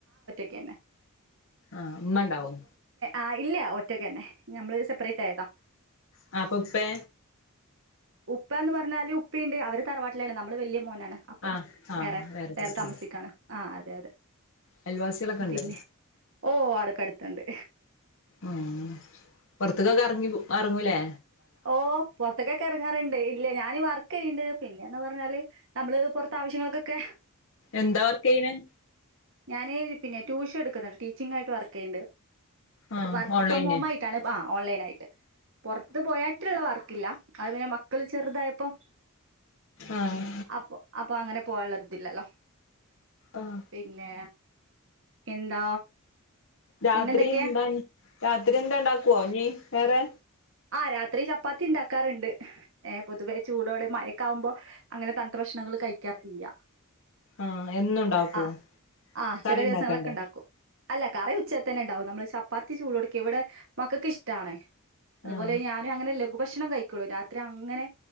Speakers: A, on the right (about 60°); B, on the left (about 60°).
A: ക്കന്നെ
B: ആഹ് ഉമ്മ ഉണ്ടാവും
A: ആ ഇല്ല ഒറ്റക്ക്ന്നെ നഞമ്മള് സെപ്പറേറ്റ് ആയതാ
B: ആ അപ്പൊ ഉപ്പേ
A: ഉപ്പന്ന് പറഞ്ഞാല് ഉപ്പുണ്ട് അവര് തറവാ ലാണ് നമ്മൾ വലിയ മോനാണ് അപ്പം
B: ആ ആ
A: വേറെ വേറെ
B: പോയിട്ടുണ്ട്
A: താമസിക്കാണ് ആ അതെ അതെ
B: അയൽവാസികളൊക്കെ ഉണ്ട്
A: പിന്നെ ഓ അടക്കടുത്തണ്ട്
B: ഉ പുറത്തക്കൊക്കെ ഇറങ്ങി പോ മറങ്ങൂല്ലേ
A: ഓ പുത്തൊക്കെക്ക ഇറങ്ങാറുണ്ട് ഇല്ല ഞാൻ വർക്ക് ചെയ്യുന്നുണ്ട് പിന്നെയന്ന് പറഞ്ഞാല് നമ്മള് പുറത്ത ആവശ്യങ്ങൾക്കൊക്കെ
B: എന്താ വർക്ക് ചെയ്യുണ്ത്
A: ഞാന്ൻ പിന്നെ ട്യൂഷൻ എടുക്കുന്നുണ്ട് ടീച്ചിങ്ങ ആയിട്ട് വർക്ക് ചെയ്യുന്നുണ്ട്
B: ആഹ്
A: വർക്ക്
B: ഓൺലൈന്
A: ഫ്രം ഹോം ആയിട്ടാണ് ആ ഓൺലൈൻ ആയിട്ട് ഇത് ബോയാട്ടിലുള്ള വർക്കില്ല അത് പിന്നെ മ മക്കൾ ചെറുതായപ്പം
B: ആഹ്
A: അപ്പൊ അപ്പൊ അങ്ങനെ പോകാൻ രുതില്ലല്ലോ
B: ആഹ്
A: പിന്നെ എന്താ
B: രാത്രി
A: പിന്നെന്തൊക്കെയാ
B: എന്താനി രാ രാത്രി എന്താ ഉണ്ടാക്കുവോ ഇനി വേറെ
A: ആഹ് രാത്രി ചപ്പാത്തി ഉണ്ടാക്കാറുണ്ട് ഏ പൊതുവേ ചൂടോടെ മയെക്കാവുമ്പോ അങ്ങനെ തൻത്ത ഭക്ഷണങ്ങൾ കഴിക്കാറില്ല
B: ആ എന്നുണ്ടാക്കുവോ
A: ആ ആ
B: കറി
A: ചില
B: ഉണ്ടാക്കണ്ടെ
A: ദിവസങ്ങളിലൊക്കെ ഉണ്ടാക്കും അല്ല കറി ഉച്ചതെന്നെ ഉണ്ടാവും നമ്മള് ചപ്പാത്തി ചൂടുടോക്കെ ഇവിടെ മക്കൾക്ക് ഇഷ്ടണ് അതുപോലെ
B: ആഹ്
A: ഞാനും അങ്ങനെല്ലെ ഭക്ഷണം കഴിക്കുള്ളൂ രാത്രി അങ്ങനെ